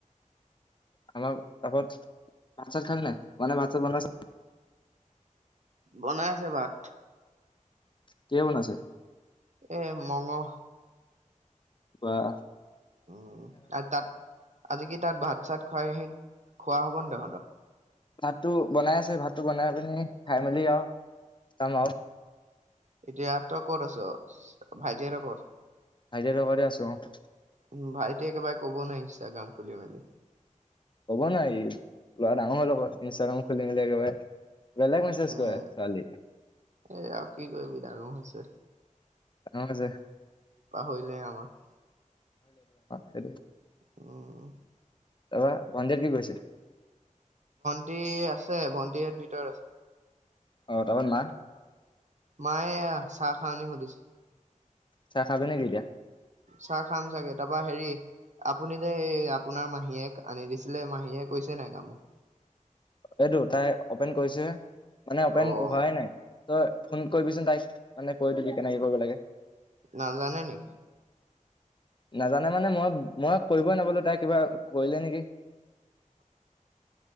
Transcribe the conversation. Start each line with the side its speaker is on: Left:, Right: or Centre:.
Left: অলপ আগত ভাত চাত খালী নাই মানে ভাত চাত বনাইছে
Right: বনাই আছে ভাত।
Left: কিয় বনাইছে?
Right: এ মঙহ
Left: ৱাহ।
Right: উম, আৰু তাত আজি কি তাত ভাত চাত খুৱাই আহি খোৱা হ'ব ন' তহত? <unintelligible>
Left: ভাতটো বনাই আছে ভাতটো বনাই পিনি খাই মেলি আৰু যাম আৰু।
Right: এতিয়া তই ক'ত আছ ভাইটি হেতে ক'ত?
Left: ভাইটি হতৰ ঘৰতে আছো অ,
Right: উম, ভাইটি একেবাৰে কবই নোৱাৰি ইনষ্টাগ্ৰাম খুলি মেলি।
Left: ক'ব নাই ল'ৰা ডাঙৰ হ'ল লগত ইনষ্টাগ্ৰাম খুলি মেলি একেবাৰে। বলেগ মেচজ
Right: উম
Left: কৰে ছোৱালীক।
Right: এ আৰু কি কৰিবি ডাঙৰ হৈছে
Left: অ, জে
Right: পাহৰিলেই আমাক।
Left: সেটোৱে
Right: উম।
Left: তাপা ভঞ্জিত কি কৈছে?
Right: ভণ্টি আছে ভণ্টিহাত ভিতৰত আছে।
Left: অ', তাবন মা
Right: মায়ে এয়া চাহ খাৱনি সুধিছে।
Left: চাহ খাবি নেকি এতিয়া?
Right: চাহ খাম চাগে তাৰাপা হেৰি আপুনি যে এই আপোনাৰ মাহীয়েক আনি দিছিলে, মাহীয়ে কৈছে নাই কামো?
Left: এইটো তাই অপেন কৰিছহে মানে অপেন
Right: অ'
Left: হোৱাই নাই। তই ফোন কৰিবিচোন তাইক মানে কৈ দিবি কেনেকে কৰিব লাগে।
Right: নাজানে নি?
Left: নাজানে মানে মই মই কৰিবই নাপালোঁ তাই কিবা কৰিলে নেকি?